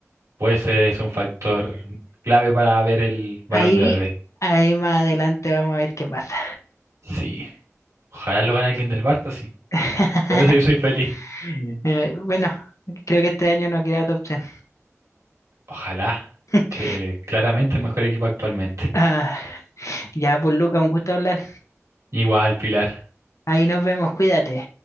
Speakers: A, on the right; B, on the left.
A: Puede ser, es un factor clave para ver el Balón
B: Ahí,
A: de Oro.
B: ahí más adelante vamos a ver qué pasa.
A: Sí. Ojalá lo gane alguien del Barça, sí.
B: <laughs>
A: Con eso yo soy feliz.
B: Eh, bueno, creo que este año no queda otra opción.
A: Ojalá,
B: <laughs>
A: que claramente el mejor equipo actualmente.
B: Ah, ya, pues Luca, un gusto hablar.
A: Igual, Pilar.
B: Ahí nos vemos, cuídate.